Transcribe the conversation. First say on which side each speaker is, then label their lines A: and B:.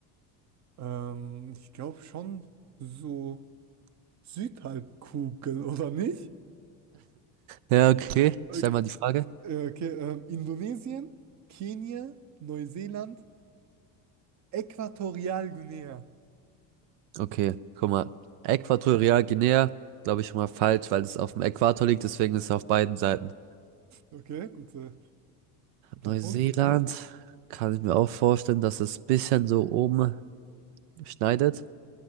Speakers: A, on the right (about 40°); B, on the right (about 80°).
A: Ähm, ich glaube schon so Südhalbkugel, <laughs> oder nicht?
B: Ja, okay.
A: Okay,
B: Stell mal die Frage.
A: äh, okay, ähm, Indonesien, Kenia, Neuseeland, Äquatorialguinea.
B: Okay, guck mal. Äquatorial glaube ich, schon mal falsch, weil es auf dem Äquator liegt, deswegen ist es auf beiden Seiten.
A: Okay, gute, guter
B: Neuseeland,
A: Punkt.
B: kann ich mir auch vorstellen, dass es bisschen so oben schneidet.